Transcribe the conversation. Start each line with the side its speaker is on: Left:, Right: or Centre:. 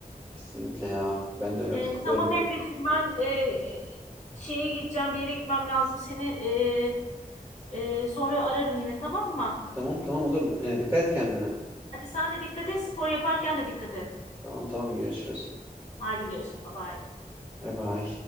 Right: Kesinlikle ya. Ben de öyle
Left: Ee,
Right: katılıyorum
Left: tamam
Right: yani.
Left: Emre'cim ben e, şeye gideceğim bir yere gitmem lazım. Seni e, e, sonra ararım yine tamam mı?
Right: Tamam tamam olur. E, dikkat et kendine.
Left: Hadi sen de dikkat et spor yaparken de dikkat et.
Right: Tamam tamam görüşürüz.
Left: Haydi görüşürüz bye bye.
Right: Bay bay.